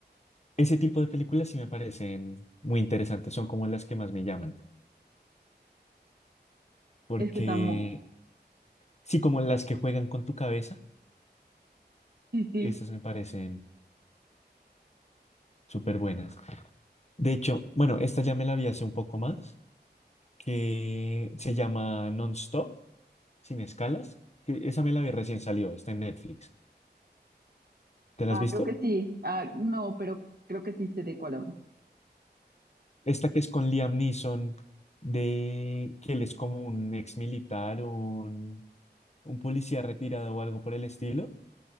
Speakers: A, on the left; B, on the right.
A: Ese tipo de películas sí me parecen muy interesantes, son como las que más me llaman, porque
B: Es que está muy...
A: sí, como las que juegan con tu cabeza,
B: Sí, sí.
A: esas me parecen súper buenas. De hecho, bueno, esta ya me la vi hace un poco más, que se llama Non-Stop, sin escalas, que esa me la vi recién salió, está en Netflix. ¿Te la
B: Ah,
A: has visto?
B: creo que sí. Ah, no, pero creo que sí sé de cuál hablas.
A: Esta que es con Liam Neeson, de que él es como un ex militar o un, un policía retirado o algo por el estilo,